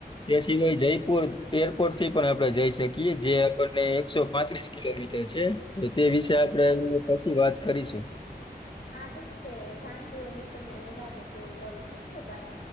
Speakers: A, on the left; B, on the left.
A: તે સિવાય જયપુર એરપોર્ટ થી પણ આપણેે જઈ શકીએ જે આપણને એકસો પાંત્રીસ કિલોમીટર છે તો તે વિશે આપડે એ પછી વાત કરીશું
B: હા ઠીક છે સાંજે હું તમને નિરાંતે કોલ કરું ઠીક છે બાય